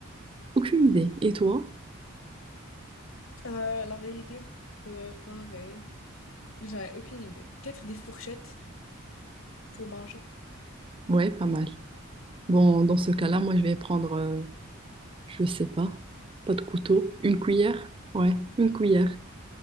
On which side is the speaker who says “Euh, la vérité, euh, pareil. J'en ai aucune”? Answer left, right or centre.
Left